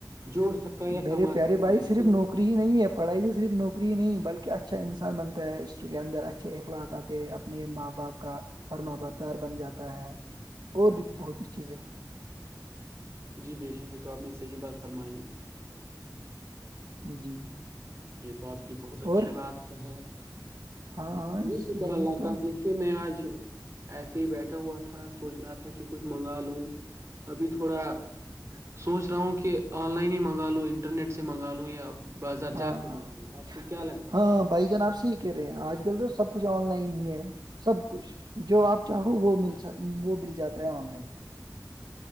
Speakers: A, on the right; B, on the right.
A: جوڑ سکتا ہے یا
B: میرے
A: کما
B: پیارے
A: سکتا
B: بھائی
A: ہے لیکن
B: صرف نوکری ہی نہیں ہےڑھائی تو صرف نوکری ہی نہیں بلکہ اچھا انسان بنتا ہے اس کے اندر اچھا اچھے اخلاقات اپنے ماں باپ کا فرما بردار بن جاتا ہے <unintelligible> اور بھی بہت کچ چیزیں ہیں
A: جی بے شک یہ تو آپ نے صحیح بات فرمائی
B: جی
A: یہ تو آپ کی بہت اچھی
B: اور
A: بات ہے
B: ہاں آج
A: جی شکر
B: یہی
A: اللہ
B: تو
A: کا دیکھیے میں آج ایسے ہی بیٹھا ہوا تھا سوچ رہا تھا کہ کچھ منگا لوں ابھی تھوڑا سوچ رہا ہوں کہ آن لائن ہی منگا لوں انٹرنیٹ سے منگا لوں یا بازار
B: ہاں
A: جاگ کے
B: ہاں
A: منگا لو آپ کو کیا لگتا
B: ہاں
A: ہے <unintelligible>
B: بھائی جان آپ صحی کہہ رہے ہیں آج کل تو سب کچھ آن لائن ہی ہے سب کچھ جو آپ چاہو وہ ملک وہ مل جاتا ہے آن لائن <unintelligible>